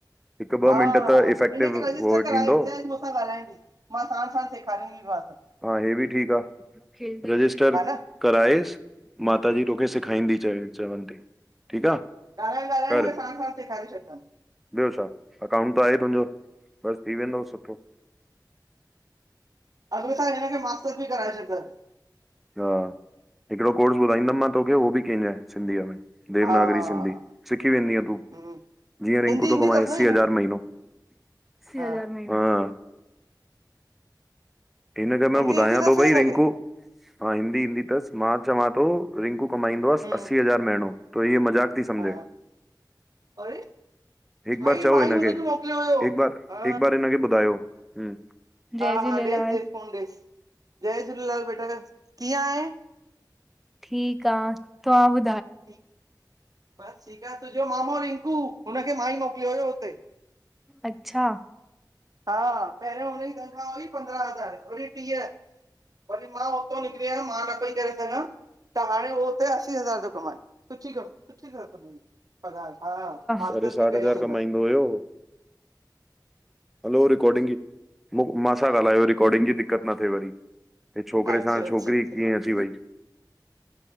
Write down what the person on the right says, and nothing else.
हा
हिनखे रजिस्टर
कराए
अ चां मूंसां ॻाल्हाईंदी मां सणु साणणु सेखारींदी सब
हा न
ॻाल्हाइणु ॻाल्हाइण
में साणु साणु सेखारे छॾंदुमि
अॻिले साल हिनखे मास्टर बि कराए छॾिदवस
हा
हम्म,
हिंदी
ईंदी
अथसि
न हिनखे,
हा
हिंदी
ईंदी
अथसि
न हिनखे,
हम्म
हा अरे
भाई
मां
ई हुनखे
मोकिलियो हुयो,
हा
हा
हा ॾेसि ॾेसि फोन ॾेस जय झूलेलाल बेटा कीअं आहे
ठीक बस ठीकु आहे तुंहिंजो मामो रिंकू हुनखे मां ई मोकिलियो हुयो हुते
हा पहिरियों हुनजी तनखा वरी पंद्रहं हज़ार वरी टीह वरी मां उतो निकरी आयमि मां न पई करे सघां त हाणे उहो हुते असी हज़ार थो कमाए सुठी कमु सुठी <unintelligible> हा मास्टर
बि
कयई
हुन
अच्छा
अच्छा
अच्छा